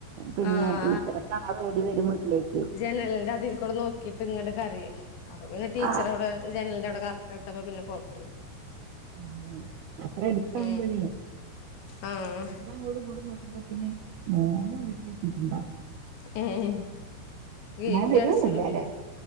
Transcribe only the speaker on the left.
ആഹ്
ജനൽ ന്റെ അതികൂടെ നോക്കീട്ട് ഇങ്ങട് കരയും അപ്പൊപിന്നെ ടീച്ചർ
അവിടെ ജനലിന്റെ വടെ കാത്ത് - <unintelligible> പിന്നെ കൊയ പ്പ ല്ലാ
ഏ ആഹ്
ഏഹ് ഗേറ്റ്
അടച്ചിടും പിന്നെ